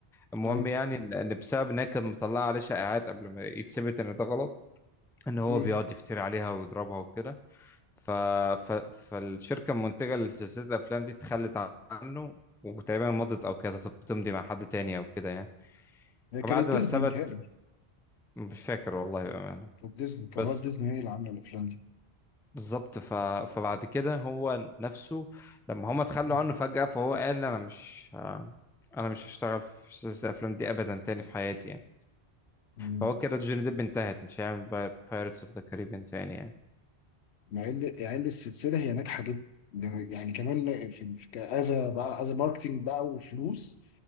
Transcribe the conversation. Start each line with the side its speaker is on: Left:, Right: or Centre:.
Centre: المهم
Left: أيوه
Centre: يعني إن إن بسبب إنها كانت مطلعة عليه شائعات قبل ما يتثبت إن ده غلط إن هو
Left: مم.
Centre: بيقعد يفتري عليها ويضربها وكده ف... ف... فالشركة المنتجة لسلسلة الأفلام دي اتخلت عنه وتقريبا مضت أو كانت بتمضي مع حد تاني أو كده يعني
Left: هي كانت
Centre: فبعد ما
Left: ديزني
Centre: اتثبت
Left: متهيألي
Centre: مش فاكر والله بأمانة
Left: كانت ديزني كانت
Centre: بس
Left: ديزني هي اللي عاملة الأفلام دي
Centre: بالظبط ف... فبعد كده هو نفسه لما هما اتخلوا
Left: مم.
Centre: عنه فجأة فهو قال أنا مش أنا مش هشتغل في سلسلة الأفلام دي أبدا تاني في حياتي يعني
Left: مم.
Centre: فهو كده جوني ديب انتهت مش هيعمل بايرتس اوف ذا كاريبيان تاني يعني
Left: مع ان يعني إن السلسله هي ناجحه جدا يعني كمان في في كأذا بقى أذا ماركتينج بقى وفلوس